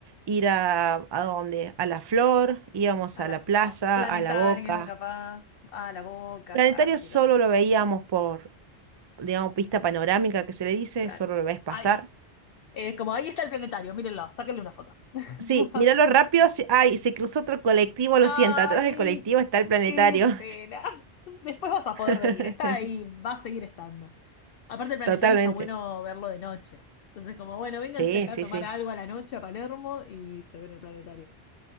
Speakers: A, on the right; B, on the left.
A: ir a, a donde, a La Flor, íbamos
B: a
A: a
B: la
A: la
B: flor.
A: plaza,
B: Planetario,
A: a La Boca.
B: capaz. A la boca,
A: Planetario
B: claro, sí,
A: solo
B: los té.
A: lo veíamos por, digamos, pista panorámica que se le dice,
B: Claro.
A: solo lo ves pasar.
B: Ahí, eh, como ahí está el planetario, mírenlo, sáquenle una foto. <laughs>
A: Sí, míralo rápido. si- Ay, se cruzó otro colectivo, lo
B: Ay,
A: siento, atrás del colectivo está el planetario.
B: qué pena. Después vas a
A: <laughs>
B: poder venir, está ahí, va a seguir estando. Aparte, el planetario
A: Totalmente.
B: está bueno verlo de noche. Entonces, como bueno, vénganse
A: Sí,
B: acá
A: sí,
B: a tomar
A: sí.
B: algo a la noche a Palermo y se ven el planetario.